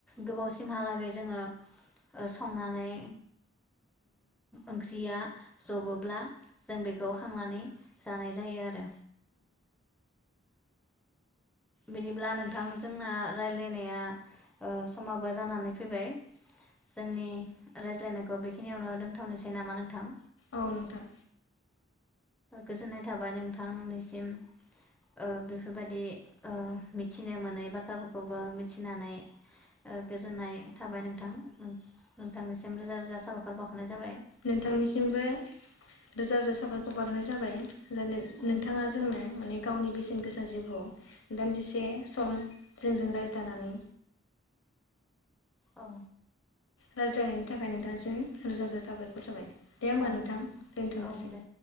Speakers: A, in the centre; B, on the left (about 80°).
A: गोबावसिमहालागै जोङो ओ संनानै ओंख्रिया जबोब्ला जों बेखौ खांनानै जानाय जायो आरो बिदिब्ला नोंथां जोंना रायज्लायनाया ओ समाबो जानानै फैबाय जोंनि रायज्लायनायखौ बेखिनियावनो दोंथावनोसै नामा नोंथां
B: औ नोंथां
A: गोजोननाय थाबाय नोंथांनिसिम ओ बेफोरबायदि ओ मिथिनो मोनै बाथ्राफोरखौबो मिथिनानै गोजोननाय थाबाय नोंथां। नोंथांसिम रोजा-रोजा साबायखर बाव हरनाय जाबाय
B: नोंथांनिसिमबो रोजा रोजा साबायखर बावहरनाय जाबाय <unintelligible>
A: औ
B: नोंथाङा जोंनो अनेक गावनि बेसेन गोसा जिउखौ दान्दिसे सम जोंजों रायज्लानानै
A: औ
B: रायज्लायनायनि थाखाय नोंथांसिम रोजा रोजा साबायखर थाबाय दे होमबा
A: औ
B: नोंथां दोनथनोसै।
A: औ दे